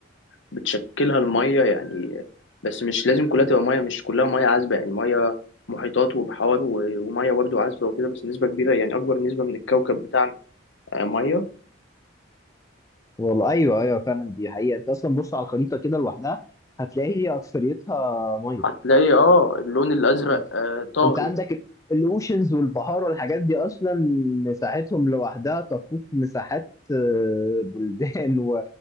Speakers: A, on the left; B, on the left.
A: بتشكلها الميه يعني بس مش لازم كلها تبقى ميه مش كلها ميه عذبه يعني ميه محيطات وبحار و- وميه برضه عذبه وكده بس نسبه كبيره يعني اكبر نسبه من الكوكب بتاعنا آه، ميه
B: والله ايوه ايوه فعلا دي حقيقه انت اصلا بص على الخريطه كده لوحدها هتلاقي هي اكثريتها ميه
A: هتلاقي اه اللون الازرق
B: يعني
A: آه طاغي
B: انت عندك الاوشنز والبحار والحاجات دي اصلا مساحتهم لوحدها تفوق مساحات آه، بلدان و...